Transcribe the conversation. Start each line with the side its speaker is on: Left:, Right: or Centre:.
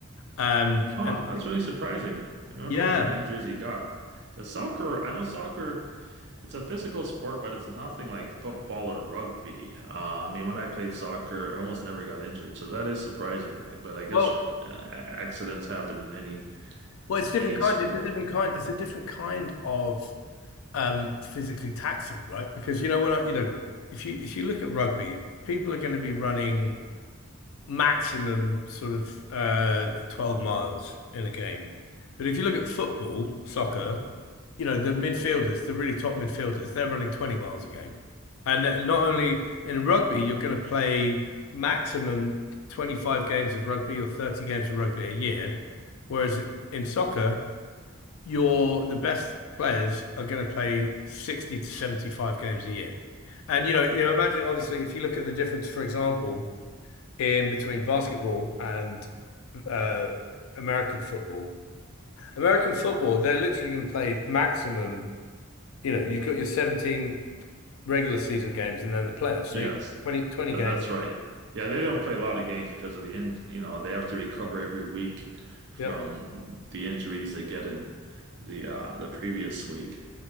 Left: Um
Right: Huh,
Left: and
Right: that's really surprising. I wonder
Left: yeah,
Right: what kind of injuries he got. Because soccer, I know soccer. It's a physical sport, but it's nothing like football or rugby. Uh, I mean, when I played soccer, I almost never got injured, so that is surprising. But I guess
Left: well
Right: uh, accidents happen in any
Left: well it's different
Right: any
Left: kind
Right: sport.
Left: it's a different kind it's a different kind of um physically taxing, right? Because you know when I you know if you if you look at rugby, people are going to be running maximum sort of uh, 12 miles in a game. But if you look at football, soccer, you know, the midfielders, the really top midfielders, they're running 20 miles a game. And th- not only in rugby, you're going to play maximum 25 games of rugby or 30 games of rugby a year. Whereas in soccer, you're the best players are going to play 60 to 75 games a year. And you know, you know, imagine obviously if you look at the difference, for example, in between basketball and uh, American football. American football, they're literally going to play maximum. You know, you've got your 17 regular season games and then the playoffs. So
Right: Yes,
Left: you 20, twenty
Right: uh,
Left: games.
Right: that's right. Yeah, they don't play a lot of games because of the in, you know, they have to recover every week from
Left: Yep.
Right: the injuries they get in the uh the previous week.